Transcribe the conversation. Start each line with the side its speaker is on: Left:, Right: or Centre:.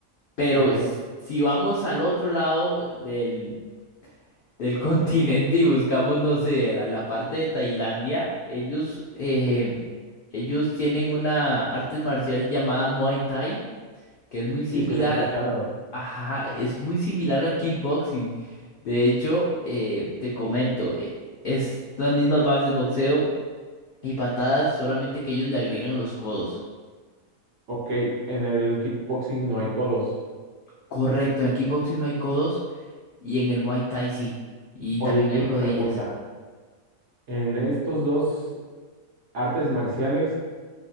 Left: Pero
Right: Ok,
Left: s- si vamos al otro lado del del continente y buscamos, no sé, la, la parte de Tailandia, ellos, eh, ellos tienen una arte marcial llamada Muay Thai, que es muy
Right: sí,
Left: similar,
Right: sí, la he escuchado.
Left: ajá, es muy similar al kickboxing. De hecho, eh, te comento, eh, es las mismas bases, boxeo y patadas, solamente que ellos le agregan los codos.
Right: Ok, en el kickboxing no hay codos.
Left: Correcto, en el kickboxing no hay codos y en el Muay Thai sí. Y
Right: Oye,
Left: también
Right: y
Left: hay
Right: una
Left: rodillas.
Right: pregunta. ¿En estos dos artes marciales